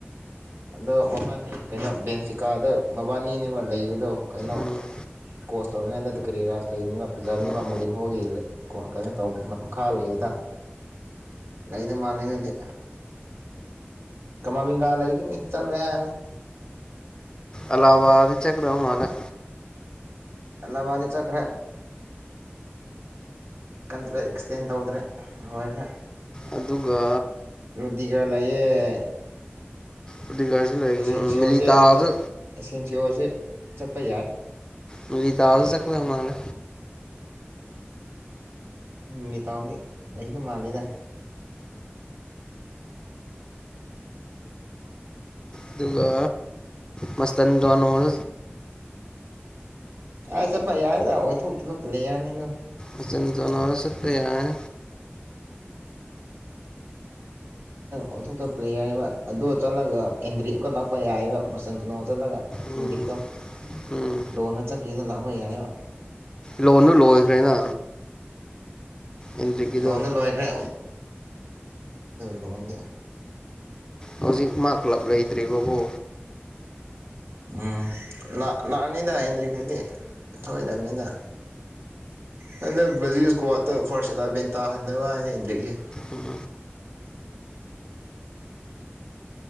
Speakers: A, on the right; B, on the left.
A: ꯑꯗꯣ ꯃꯕꯥꯅꯤ ꯀꯩꯅꯣ ꯕꯦꯟꯐꯤꯀꯥꯗ ꯃꯕꯥꯅꯤꯅꯦꯕ ꯂꯩꯕꯗꯣ ꯀꯩꯅꯣ
B: ꯎꯝ
A: ꯀꯣꯁ ꯇꯧꯔꯤꯉꯩꯗ ꯀꯦꯔꯤ ꯔꯥꯖ ꯂꯩꯅꯦꯕ ꯐꯖꯕꯅꯦꯕ
B: ꯎꯝ
A: ꯃꯨꯔꯤꯟ ꯍꯣꯒꯤ ꯀꯩꯅꯣ ꯇ ꯃꯈꯥ ꯂꯩꯕꯗ ꯂꯩꯗ ꯃꯥꯜꯂꯦ ꯑꯗꯨꯗꯤ ꯀꯃꯥꯕꯤꯡꯒꯥ ꯂꯩꯒꯤꯅꯤ ꯆꯠꯂꯣꯏ ꯍꯥꯏꯕꯅꯤ
B: ꯑꯂꯥꯕꯗꯤ ꯆꯠꯒꯗ ꯃꯥꯜꯂ‌ꯦ
A: ꯑ ꯂꯝꯕꯥꯅꯤ ꯆꯠꯈ꯭ꯔꯦ ꯀꯟꯇ꯭ꯔꯦ ꯑꯦꯛꯁꯇꯦꯟ ꯇꯧꯗ꯭ꯔꯦ ꯂꯣꯏꯈ꯭ꯔꯦ
B: ꯑꯗꯨꯒ
A: ꯔꯨꯗꯤ ꯈꯔ ꯂꯩꯌꯦꯦ
B: ꯔꯨꯗꯤꯒꯔꯁꯨ ꯂꯩꯒꯅꯤ
A: ꯁꯟꯁꯤ
B: ꯃꯤꯂꯤꯇꯥꯜꯁꯨ
A: ꯑꯣꯁꯦ ꯁꯦꯟꯁꯤ ꯑꯣꯁꯦ ꯆꯄꯥꯏ
B: ꯃ ꯇ ꯆꯂ ꯃꯥꯅ
A: ꯅꯤꯇꯥꯎꯗꯤ ꯑꯗꯣ ꯃꯥꯜꯂꯦꯗ
B: ꯑꯗꯨꯒ ꯃꯁꯇꯟ ꯗꯣꯅꯣꯜ
A: ꯑ ꯆꯠꯄ ꯌꯥꯏꯗ ꯑꯣꯏꯊꯣꯛꯇꯕ ꯄ꯭ꯂꯦꯌꯥꯔꯅꯤꯗꯣ
B: ꯑꯆ ꯆꯅ ꯑꯁꯛꯇ ꯌꯥꯏ
A: ꯑꯣꯏꯊꯣꯛꯇ ꯄ꯭ꯂꯦꯌꯔꯦꯕ ꯑꯗꯨ ꯆꯠꯂꯒ ꯑꯦꯟꯗ꯭ꯔꯤꯠ ꯑꯃꯨꯀ ꯂꯥꯛꯄ ꯌꯥꯏꯑꯕ ꯃꯆꯟꯇꯨꯅꯣ ꯆꯠꯂꯒ
B: ꯎꯝ
A: ꯑꯦꯟꯗ꯭ꯔꯤꯠꯇꯣ
B: ꯎꯝ
A: ꯂꯣꯟꯅ ꯆꯠꯀꯗ ꯂꯥꯛꯄ ꯌꯥꯏꯑꯕ
B: ꯂꯣꯟꯗꯣ ꯂꯣꯏꯈ꯭ꯔꯦꯅ ꯑꯦꯟꯗ꯭ꯔꯤꯛꯀꯤꯗꯣ
A: ꯂꯣꯟ ꯂꯈꯦ ꯂꯣꯟꯗꯤ
B: ꯍꯧꯖꯤꯛ ꯃꯥ ꯀ꯭ꯂꯕ ꯂꯩꯇ꯭ꯔꯤꯕꯕꯨ
A: ꯎꯝ ꯂꯥꯛꯑꯅꯤꯗ ꯑꯦꯟꯗ꯭ꯔꯤꯛꯄꯨꯗꯤ ꯁꯣꯏꯏꯗꯕꯅꯤꯗ ꯍꯟꯗꯛ ꯖꯤꯀꯣꯇ ꯐꯥꯔꯁ ꯑꯦꯂꯚꯦꯟ ꯇꯥꯍꯟꯗꯕ ꯍꯥꯏꯅ ꯑꯦꯟꯗ꯭ꯔꯤꯛꯀꯤ
B: ꯎꯝ